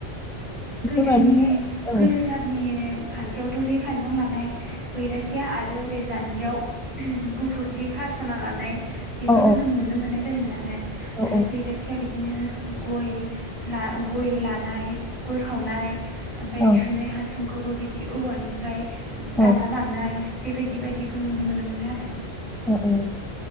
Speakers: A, in the centre; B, on the right (about 30°).
A: बेफोरबायदिनो
B: गोदोनि
A: औ
B: गोदोथारनि खान्थियावथ' बे खानजं लानाय बैराथिया आरो ओरै जान्जियाव गुफुर जि खास'ना लानाय बेफोरखो
A: औ
B: जों नुनो मोननाय जोयोमोन आरो।
A: औ
B: आरो बैराथिया बिदिनो गय ला गय लानाय गय खावनाय ओमफाय
A: औ
B: सुनै हासुं खोबो बिदि औवानिफ्राय
A: औ
B: दानना लानाय बेबायदि बादिखौ नुनो मोनोमोन आरो। <unintelligible>
A: ओ ओ